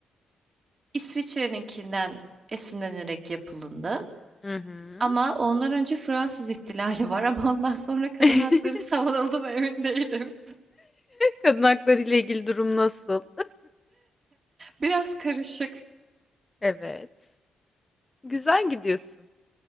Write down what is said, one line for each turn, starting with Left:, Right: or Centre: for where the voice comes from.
Right: İsviçre'ninkinden esinlenerek yapıldı.
Left: Hı hı.
Right: Ama ondan önce Fransız ihtilali var ama ondan sonra kadın
Left: <laughs>
Right: hakları savunuldu mu emin değilim.
Left: Kadın hakları ile ilgili durum nasıl?
Right: Biraz karışık.
Left: Evet. Güzel gidiyorsun.